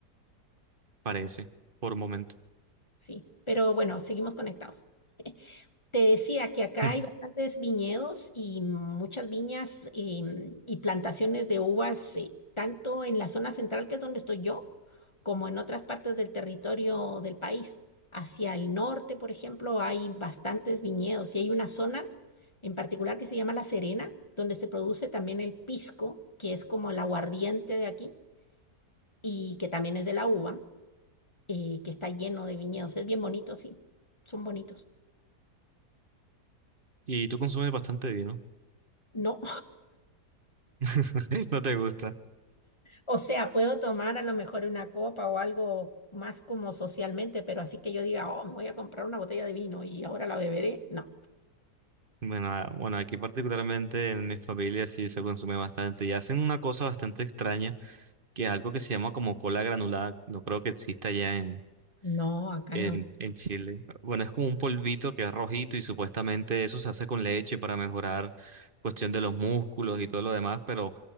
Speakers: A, on the right (about 35°); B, on the left (about 20°).
A: parece, por un momento.
B: sí. Pero bueno, seguimos conectados. Te decía que acá
A: <laughs>
B: hay bastantes viñedos y muchas viñas em, y plantaciones de uvas, eh, tanto en la zona central, que es donde estoy yo, como en otras partes del territorio del país. Hacia el norte, por ejemplo, hay bastantes viñedos y hay una zona en particular que se llama La Serena, donde se produce también el pisco, que es como el aguardiente de aquí y que también es de la uva, eh, que está lleno de viñedos. Es bien bonito, sí, son bonitos.
A: Y tú consumes bastante vino.
B: No,
A: <laughs> No te gusta.
B: O sea, puedo tomar a lo mejor una copa o algo más como socialmente, pero así que yo diga, oh, me voy a comprar una botella de vino y ahora la beberé. No,
A: Bueno, ah, bueno, aquí particularmente en mi familia sí se consume bastante y hacen una cosa bastante extraña, que es algo que se llama como cola granulada, no creo que exista ya en,
B: no, acá
A: en,
B: no.
A: en Chile. Bueno, es como un polvito que es rojito y supuestamente eso se hace con leche para mejorar cuestión de los músculos y todo lo demás, pero